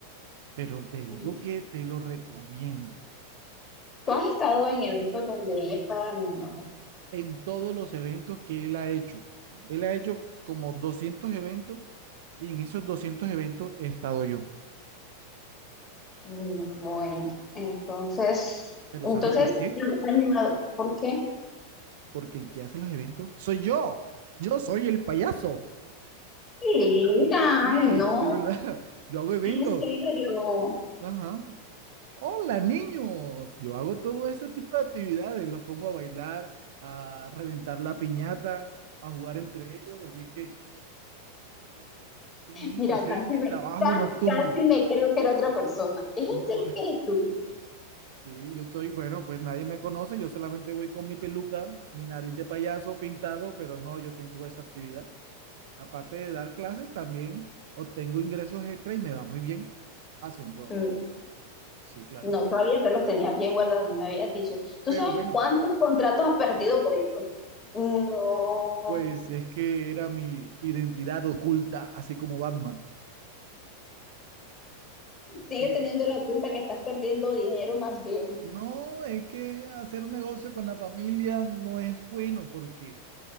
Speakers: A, on the right; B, on the left.
A: pero te digo
B: mm,
A: que te lo recomiendo.
B: tú has estado en eventos donde ella estaba animadora.
A: En todos los eventos que él ha hecho, él ha hecho como 200 eventos y en esos 200 eventos he estado yo.
B: Mm, Bueno, entonces,
A: Pero
B: entonces,
A: ¿sabes por qué?
B: animador, ¿por qué?
A: Porque el que hace los eventos soy yo. Yo soy el payaso.
B: Mira,
A: Sí,
B: ay, no,
A: de verdad. <laughs> Yo hago eventos.
B: en serio.
A: Ajá. Hola niños, yo hago todo ese tipo de actividades, los pongo a bailar, a reventar la piñata, a jugar entre ellos, así que ujú,
B: Mira,
A: ese
B: casi
A: es mi
B: me,
A: trabajo
B: casi,
A: nocturno,
B: casi me creo que era otra persona. ¿Es en
A: ¿no?
B: serio
A: <laughs>
B: que eres tú?
A: Sí, yo soy, bueno, pues nadie me conoce, yo solamente voy con mi peluca, mi nariz de payaso pintado, pero no, yo tengo esa actividad. Aparte de dar clases, también obtengo ingresos extra y me va muy bien haciendo,
B: Mm.
A: sí, claro.
B: No sabía que los tenías bien guardados, no me habías dicho. ¿Tú
A: Pero
B: sabes
A: bueno.
B: cuántos contratos has perdido por esto? No.
A: Pues es que era mi identidad oculta, así como Batman.
B: Sigue
A: Sí.
B: teniendo la cuenta que estás perdiendo dinero más bien.
A: No, es que hacer negocio con la familia no es bueno porque